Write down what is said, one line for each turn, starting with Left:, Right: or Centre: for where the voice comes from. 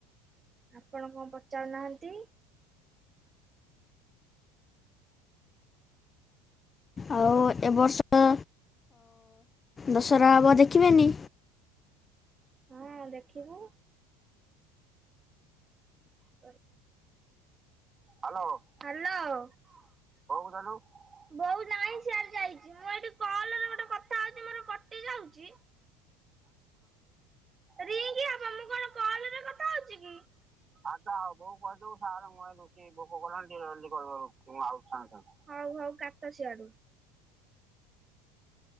Right: ଆପଣ କଣ ପଚାରୁନାହାନ୍ତି?
Left: ଆଉ ଏବ ବର୍ଷ ଦଶହରା ହେବ ଦେଖିବେନି।
Right: ହଁ ଦେଖିବୁ। ପରେ। ହ୍ୟାଲୋ ବୋଉ କୁ ଦେଲୁ। ବୋଉ ନାହିଁ ସିଆଡେ ଯାଇଛି ମୁଁ ଏଠି କଲରେ ଗୋଟେ କଥା ହଉଛି ମୋର କଟି ଯାଉଛି। ରୀଙ୍ଗୀ ହବ ମୁଁ କଣ କଲ ରେ କଥା ହଉଚି କି। ଆଛା ହଉ ବୋଉ କହିଦବୁ ସାର୍ <unintelligible> ଭୋକ କଲାନୀ ଟିକେ ଜଲଦି କରିବ ମୁଁ ଆଉଚି ସାଙ୍ଗେ ସାଙ୍ଗେ ହଉ ହଉ କାଟ ସିଆଡୁ।